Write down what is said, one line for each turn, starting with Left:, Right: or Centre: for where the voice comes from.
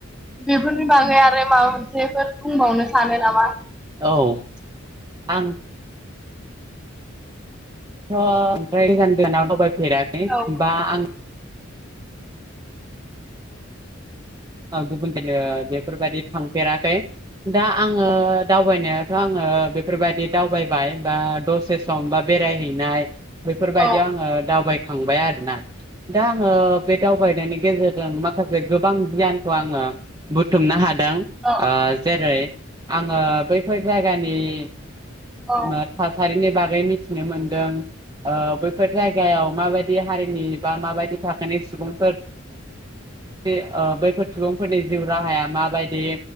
Centre: बेफोरनि बागै आ <unintelligible> माबा मोनसेफोर बुंबावनो सानो नामा
Right: औ आंथ' थ' ओमफ्राय गोजान- गोजानाव दावबायफेराखै
Centre: औ
Right: बा आं ओ गुबुनफ्रायनो बेफोरबायाददि थांफेराखै। दा आङो दावबायनायाथ' आङो बेफोरबादि दावबायबाय बा दसे सम बा बेरायहैनाय बेफोरबायदियाव
Centre: औ
Right: आङो दावबाय थांबाय आरोना दा आङो बे दावबायनायनि गेजेरजों माखासे गोबां गियान खौ आङो बुथुमनो हादों
Centre: औ
Right: ओ जेरै आङो बैफोर जायगानि ओ
Centre: औ
Right: थासारिनि बागै मिथिनो मोन्दों ओ बैफोर जायगायाव माबायदि हारिनि बा माबायदि थाखोनि सुबुंफोर बे ओ बैफोर सुबुंफोरनि जिउ राहाया माबायदि